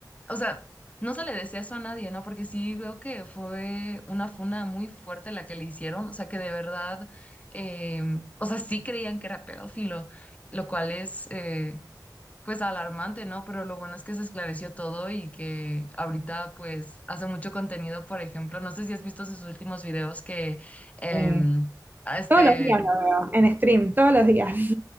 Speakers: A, on the left; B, on the right.
A: O sea, no se le desea eso a nadie, ¿no? Porque sí veo que fue una funa muy fuerte la que le hicieron, o sea, que de verdad, eh, o sea, sí creían que era pedófilo, lo cual es, eh, pues, alarmante, ¿no? Pero lo bueno es que se esclareció todo y que ahorita, pues, hace mucho contenido, por ejemplo, no sé si has visto sus últimos videos que, em,
B: sí.
A: a Este,
B: todos los días lo veo, en stream, todos los días. <laughs>